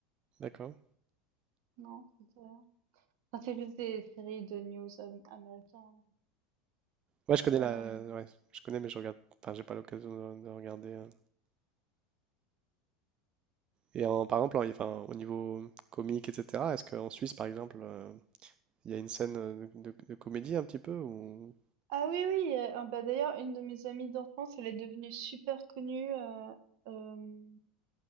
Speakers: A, on the right; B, on the right.
A: d'accord.
B: Non, c'était rien. Enfin, c'est juste des séries de news am- américaines.
A: Ouais, je connais la.
B: Euh,
A: Ouais, je connais, mais je regarde. Enfin, j'ai pas l'occasion de, de regarder. euh. Et en, par exemple, en- enfin, au niveau comique, etc. Est-ce qu'en Suisse, par exemple, euh, il y a une scène euh, de, de comédie un petit peu ou...
B: Ah oui, oui. euh, ah bah d'ailleurs, une de mes amies d'enfance, elle est devenue super connue. euh, euh,